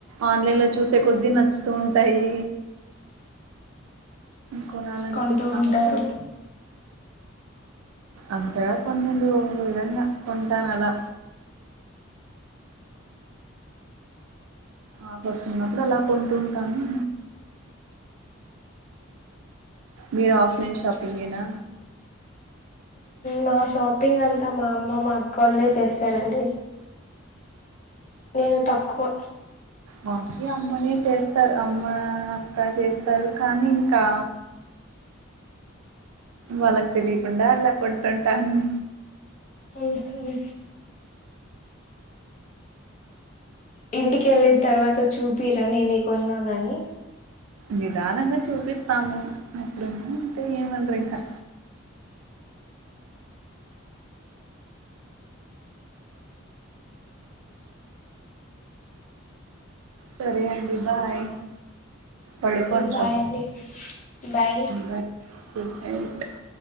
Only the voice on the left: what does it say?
కొంటూ ఉంటారు
నా షాపింగ్ అంతా మా అమ్మ, మా అక్క వాళ్ళే చేస్తారండి నేను తక్కువ
ఆ సరే ఇంటికెళ్ళిన్ తర్వాత చూపిరా నేన్ ఈ కొన్నానని
బాయ్ అండి bye